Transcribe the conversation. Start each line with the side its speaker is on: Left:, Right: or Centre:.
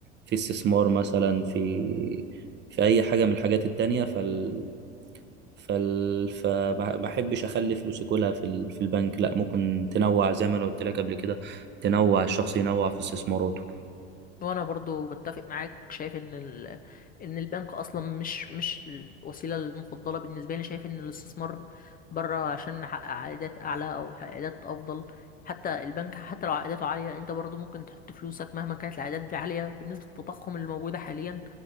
Right: في استثمار مثلا في في أي حاجة من الحاجات التانية فال... فال... فما ما احبش اخلي فلوسي كلها في ال... في البنك لا ممكن تنوع زي ما انا قلت لك قبل كده تنوع الشخص ينوع في استثماراته
Left: وانا برضو بتفق معاك شايف ان ال... ان البنك اصلا مش مش الوسيله المفضله بالنسبه لي شايف ان الاستثمار بره عشان نحقق عائدات اعلى او عائدات افضل حتى البنك حتى لو عائداته عاليه انت برضو ممكن تحط فلوسك مهما كانت العائدات دي عاليه بالنسبه للتضخم اللي موجوده حاليا